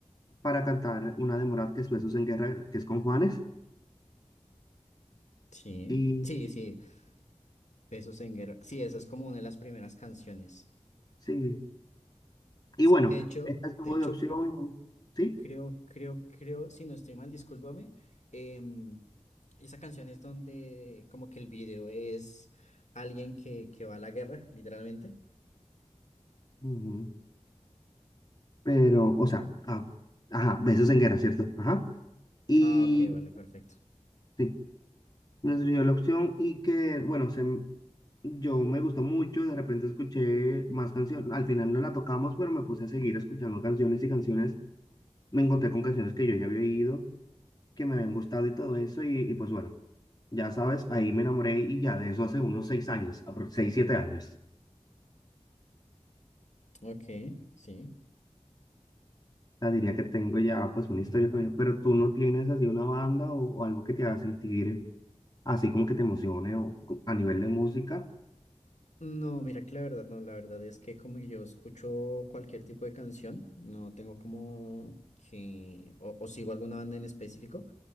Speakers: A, on the left; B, on the left.
A: para cantar una de Morat, que es Besos en Guerra, que es con Juanes.
B: Sí.
A: Y
B: Sí, sí. Besos en guerra. Sí, esa es como una de las primeras canciones.
A: sí, y
B: Sí,
A: bueno,
B: de hecho,
A: esta estuvo
B: de hecho,
A: de opción,
B: creo,
A: ¿sí?
B: creo, creo, creo, si no estoy mal, discúlpame. em, esa canción es donde como que el video es alguien que, que va a la guerra, literalmente.
A: Ujú. Pero, o sea, ah, ajá, besos en guerra, ¿cierto? Ajá. Y
B: Ah, ok, vale, perfecto.
A: sí, nos dio la opción y que, bueno, se m- yo me gustó mucho, de repente escuché más canciones, al final no la tocamos, pero me puse a seguir escuchando canciones y canciones, me encontré con canciones que yo ya había oído, que me habían gustado y todo eso, y, y pues bueno, ya sabes, ahí me enamoré y ya de eso hace unos seis años, apro- seis, siete años.
B: Ok, sí.
A: O sea, diría que tengo ya pues una historia con ella, pero tú no tienes así una banda o, o algo que te haga sentir así como que te emocione o co- a nivel de música.
B: No, mira que la verdad no, la verdad es que como que yo escucho cualquier tipo de canción, no tengo como que, o, o sigo alguna banda en específico,